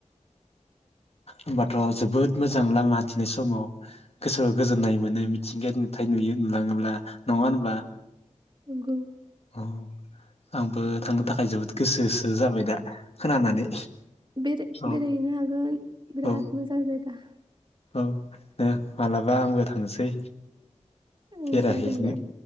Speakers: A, on the left; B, on the right.
A: होमबाथ' जोबोद मोजां लामा हान्थिनाय समाव गोसोआव गोजोननाय मोनो मिथिंगायारि नुथाय नुयो नु थाङोब्ला नङा होनब्ला
B: नोंगौ
A: अ आंबो थांनो थाखाय जोबोद गोसोसो जाबाय दा खोनानानै
B: बे बेरायहैनो
A: औ
B: हागोन बिराद
A: औ
B: मोजां जायगा
A: औ दे मालाबा आंबो थांसै
B: ओं
A: बेरायहैनो
B: जागोन दे